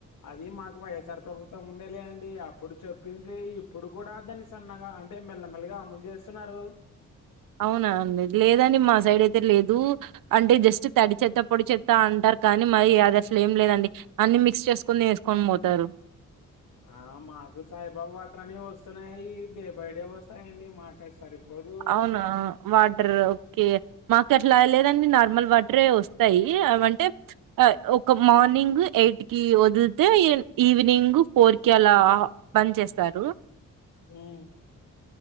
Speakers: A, on the left; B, on the right.
A: అది మాకు వైయస్ఆర్ ప్రభుత్వం ఉండేలే అండిప్పు. ఇప్పుడు చెప్పింది ఇప్పుడు కూడా దాన్ని సన్నగా అంటే మెల్లమెల్లగా అమలు చేస్తున్నారు.
B: అవునా అండి, లేదండి మా సైడ్ అయితే లేదు అంటే జస్ట్ తడి చెత్త పొడి చెత్త అంటారు కానీ, మరి అదేమ్ లేదండి అన్ని మిక్స్ చేసుకొని వేసుకొని పోతారు.
A: ఆ మాకు సాయిబాబా వాటర్ని వస్తున్నాయి. డే బై డే వస్తాయిండి మాకు. సరిపోదు
B: అవునా! వాటర్ ఓకే మా ఇక్కట్లా లేదండి నార్మల్ వాటర్ వస్తాయి. అంటే ఒక మార్నింగ్ ఎయిట్ కి వదితే ఈవినింగ్ ఫోర్ కి అలా. బంద్ చేస్తారు.
A: ఉమ్,